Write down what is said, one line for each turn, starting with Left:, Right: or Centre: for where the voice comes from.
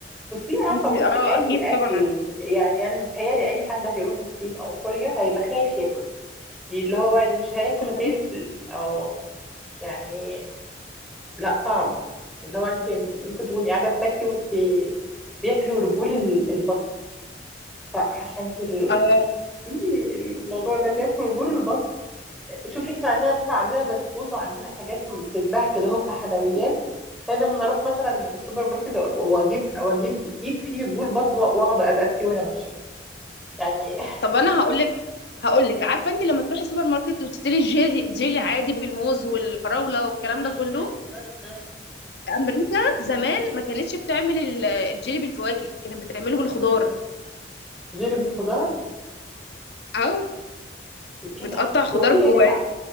Centre: والصين عارفة
Left: انت
Centre: بصي
Left: اه
Centre: اي
Left: اكيد
Centre: اكل
Left: طبعا عارفه
Centre: يعني انا متهيألي اي حد هيروح الصين او كوريا هيبقى خايف ياكل يعني اللي هو يعني مش هياكل
Left: ده حقيقي.
Centre: غير او يعني لا صعب اللي هو انت ممكن تكوني قاعدة بتاكلي وانت بياكلوا رجول ال- البط فعارفة انت ال...
Left: اه
Centre: إيه الموضوع ده بياكلوا رجول البط شوفي احنا عندنا مثلا عندنا بسكوت وعندنا حاجات بتتباع كده اهو كحلويات فلما انا اروح مثلا السوبر ماركت واجيب واجيب كيس فيه جول بط واقعد ازقس فيه وانا ماشيه يعني <laughs>
Left: طب انا هقول لك هقول لك عارفه انت لما تروحي السوبر ماركت وتشتري الجيلي جيلي عادي بالموز والفراوله والكلام
Centre: م-
Left: ده كله
Centre: م- م- م.
Left: امريكا زمان ما كانتش بتعمل ال- الجيلي بالفواكه كانت بتعمله بالخضار
Centre: آه. جيلي بالخضار
Left: اه
Centre: ايه
Left: بتقطع
Centre: ده
Left: خضار
Centre: هو في
Left: جواه
Centre: ايه يا جماعه